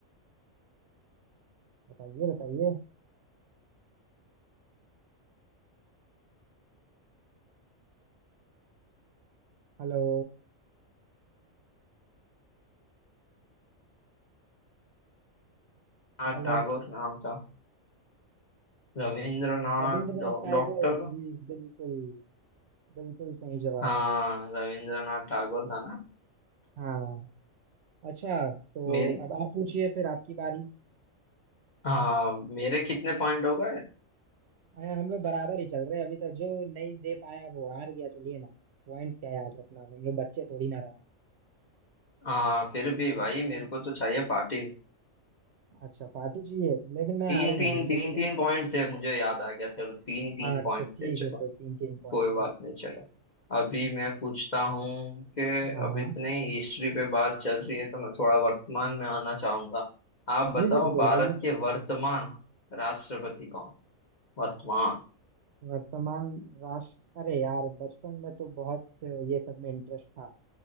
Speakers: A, on the right; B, on the left.
A: बताइए बताइए हेलो
B: हाँ
A: हेलो
B: टैगोर नाम था रविंद्रनाथ
A: रविंद्रनाथ
B: डॉ-
A: टैगोर
B: डॉक्टर
A: जी बिल्कुल बिल्कुल सही जवाब
B: हाँ
A: है ये
B: रविंद्रनाथ टैगोर था ना
A: हाँ अच्छा तो
B: मेरी
A: अब आप पूछिए फिर आपकी बारी
B: हाँ मेरे कितने पॉइंट हो गए
A: अरे हम लोग बराबर ही चल रहे हैं अभी तो जो नहीं दे पाया वो हार गया चलिए ना पॉइंट्स क्या याद रखना हम लोग बच्चे थोड़ी ना रहे हैं।
B: हाँ फिर भी भाई मेरे को तो चाहिए पार्टी
A: अच्छा पार्टी चाहिए लेकिन मैं
B: तीन
A: हारूंगा
B: तीन
A: नहीं
B: तीन
A: चलिए
B: तीन पॉइंट थे मुझे याद आ गया चलो तीन ही तीन
A: हाँ
B: पॉइंट
A: अच्छा ठीक
B: थे चलो
A: है फिर तीन तीन पॉइंट
B: कोई बात नहीं चलो अभी मैं पूछता हूँ कि
A: हाँ
B: अब
A: हाँ
B: इतनी हिस्ट्री पे बात चल रही है तो मैं थोड़ा वर्तमान में आना चाहूंगा आप बताओ
A: जी बिल्कुल
B: भारत
A: आइए
B: के वर्तमान राष्ट्रपति कौन वर्तमान
A: वर्तमान राष्ट्र अरे यार बचपन में तो बहुत ये सब में इंटरेस्ट था